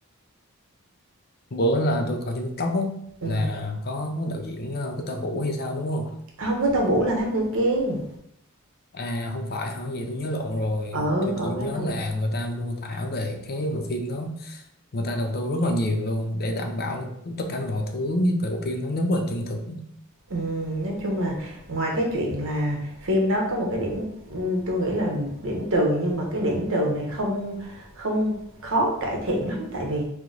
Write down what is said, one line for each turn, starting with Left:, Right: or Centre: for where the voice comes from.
Left: bữa là tôi coi trên TikTok á,
Right: ừ.
Left: là có đạo diễn ờ, Victor Vũ hay sao đúng không
Right: không với tô vũ là thám tử kiên
Left: à không phải hả vậy tôi nhớ lộn rồi
Right: ừ
Left: tôi
Right: còn
Left: chỉ nhớ
Right: cái này
Left: là người ta mô tả về cái bộ phim đó người ta đầu tư rất là nhiều luôn để đảm bảo là tất cả mọi thứ về bộ phim nó rất là chân thực
Right: ừ, nói chung là ngoài cái chuyện là phim đó có một cái điểm ừ, tôi nghĩ là điểm trừ nhưng mà cái điểm trừ này không không khó cải thiện lắm tại vì